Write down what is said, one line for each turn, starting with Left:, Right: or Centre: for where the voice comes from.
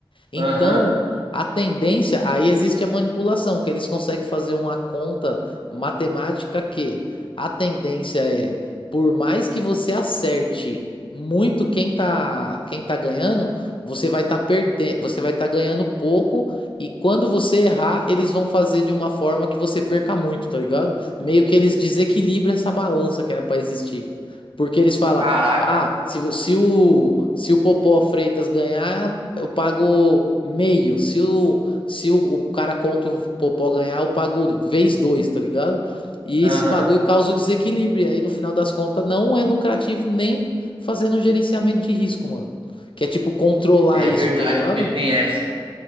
Left: Então,
Right: aham.
Left: a tendência, aí existe a manipulação, que eles conseguem fazer uma conta matemática que a tendência é, por mais que você acerte muito quem tá, quem tá ganhando, você vai estar perdendo, você vai estar ganhando pouco e quando você errar, eles vão fazer de uma forma que você perca muito, tá ligado? Meio que eles desequilibram essa balança que era para existir. Porque eles falam,
Right: Caraca.
Left: ah, se, vo- se o, se o Popó Freitas ganhar, eu pago meio. Se o, se o, o cara contra o Popó ganhar, eu pago vez dois, tá ligado? E
Right: Aham.
Left: esse bagulho causa o desequilíbrio. E Aí, no final das contas, não é lucrativo nem fazendo um gerenciamento de risco, mano. Que é tipo controlar
Right: É
Left: isso,
Right: verdade,
Left: tá ligado?
Right: porque tem essa.